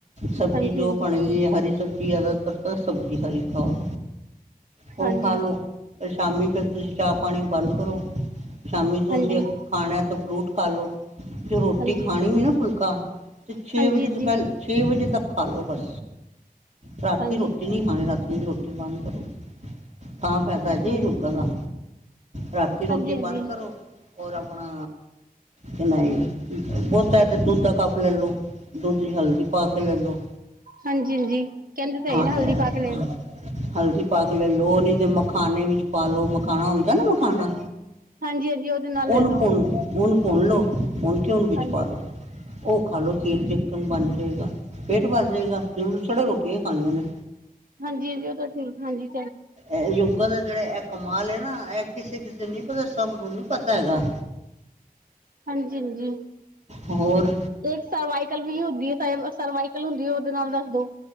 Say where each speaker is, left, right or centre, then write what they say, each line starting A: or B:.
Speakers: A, on the right (about 50°); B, on the right (about 65°).
A: ਸਬਜ਼ੀ
B: ਹਾਂਜੀ
A: ਜੋ
B: ਹਾਂਜੀ
A: ਬਣਗੀ ਏ ਹਰੀ ਸਬਜ਼ੀ ਜ਼ਿਆਦਾਤਰ ਤਾਂ ਸਬਜ਼ੀ ਹਰੀ ਖਾਓ। ਉਹ
B: ਹਾਂਜੀ
A: ਖਾ ਲਓ ਫੇਰ ਸ਼ਾਮੀ ਫਿਰ ਤੁਸੀਂ ਚਾਹ ਪਾਣੀ ਬੰਦ ਕਰੋ, ਸ਼ਾਮੀ ਤੁਸੀ
B: ਹਾਂਜੀ
A: ਖਾਣਾ ਤਾ ਫਰੂਟ ਖਾ ਲੋ, ਜੇ ਰੋਟੀ
B: ਹਾਂਜੀ
A: ਖਾਣੀ ਵੀ ਨਾ ਫੁਲਕਾ ਤੇ ਛੇ
B: ਹਾਂਜੀ
A: ਵਜੇ ਤੋਂ ਪਹਿਲ
B: ਹਾਂਜੀ
A: ਛੇ ਵਜੇ ਤੱਕ ਖਾ ਲਓ ਬਸ, ਰਾਤੀ
B: ਹਾਂਜੀ
A: ਰੋਟੀ
B: ਹਾਂਜੀ
A: ਨੀ ਖਾਣੀ ਰਾਤੀ ਨੀ ਰੋਟੀ ਬੰਦ ਕਰੋ, ਤਾਂ ਫਾਇਦਾ ਏ ਜੀ
B: ਹਾਂਜੀ
A: ਯੋਗਾ ਦਾ ਰਾਤੀ ਰੋਟੀ
B: ਹਾਂਜੀ
A: ਬੰਦ ਕਰੋ ਔਰ ਆਪਣਾ ਕੇ ਨਈ ਬੋਤਾ ਤੇ ਦੁੱਧ ਦਾ ਕੱਪ ਲੇਲੋ। ਦੁੱਧ ਚ ਹਲਦੀ ਪਾ ਕੇ ਲੈ ਲੋ।
B: ਹਾਂਜੀ-ਹਾਂਜੀ, ਕਹਿੰਦੇ ਤੇ ਹੈਗੇ ਨੇ
A: ਇਹ-
B: ਹਲਦੀ ਪਾ ਕੇ ਲੈਲੋ।
A: ਹਾਂ, ਹਲਦੀ ਪਾ ਕੇ ਲੈ ਲੋ ਨੀ ਤੇ ਮਖਾਨੇ ਵਿੱਚ ਪਾਲੋ। ਮਖਾਣਾ ਹੁੰਦਾ ਐ ਨਾ ਮਖਾਣਾ,
B: ਹਾਂਜੀ ਹਾਂਜੀ ਉਹਦੇ ਨਾਲ ਲੈ
A: ਓਨੁ
B: ਲਓ
A: ਭੁਨ ਓਨੂੰ ਭੁਨ ਲਓ। ਭੁਨ ਕੇ ਓਨੂ ਵਿੱਚ
B: ਹਾਂਜੀ
A: ਪਾ ਦੋ, ਓ ਖਾ ਲਓ ਤੀਰਜ ਅਕਣ ਬਣ ਜੇਗਾ। ਪੇਟ ਭਰ ਜੇਗਾ ਜ਼ਰੂਰੀ ਥੋੜਾ ਰੋਟੀਆਂ ਈ ਖਾਣੀਆਂ ਨੇ‌।
B: ਹਾਂਜੀ ਹਾਂਜੀ ਓ ਤਾਂ ਠੀਕ ਹਾਂਜੀ।
A: ਐਯੋ ਔਦਾ ਜੇੜਾ ਐ ਕਮਾਲ ਐ ਨਾ ਐ ਕਿਸੇ ਕਿਸੇ ਨੀ ਪਤਾ ਸਭ ਨੂੰ ਨੀ ਪਤਾ ਹੈਗਾ।
B: ਹਾਂਜੀ ਹਾਂਜੀ।
A: ਹੋਰ
B: ਏਕ ਸਰਵਾਈਕਲ ਵੀ ਹੁੰਦੀ ਏ ਸਈਵ ਸਰਵਾਈਕਲ ਹੁੰਦੀ ਏ ਓਦੇ ਨਾਲ ਦੱਸ ਦੋ।